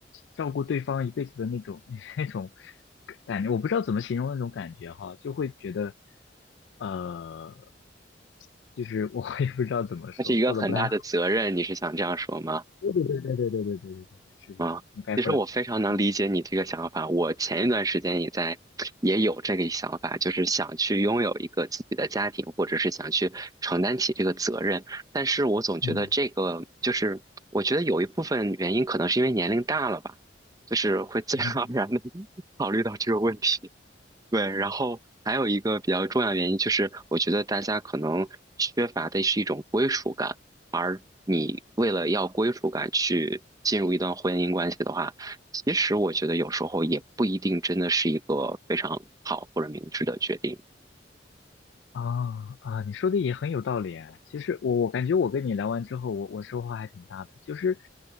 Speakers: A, on the left; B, on the right.
A: 照顾对方一辈子的那种 <laughs> 那种感觉，我不知道怎么形容那种感觉哈，就会觉得呃就是我也不知道怎么说，
B: 那是一个很大的责任，
A: 说的不太好。
B: 你是想这样说吗？
A: 对对对对对对对对对对对，是是是，
B: 啊、
A: 你概括的，
B: 其实我非常能理解你这个想法。
A: 嗯
B: 我前一段时间也在，也有这个想法，就是想去拥有一个自己的家庭，或者是想去承担起这个责任。但是我总觉得这个，
A: 嗯，
B: 就是我觉得有一部分原因可能是因为年龄大了吧，就是会自然而然的
A: 哎，
B: <laughs> 考虑到这个问题。对，然后还有一个比较重要的原因就是，我觉得大家可能缺乏的是一种归属感，而你为了要归属感去进入一段婚姻关系的话，其实我觉得有时候也不一定真的是一个非常好或者明智的决定。
A: 啊啊，你说的也很有道理哎。其实我我感觉我跟你聊完之后，我我收获还挺大的。就是，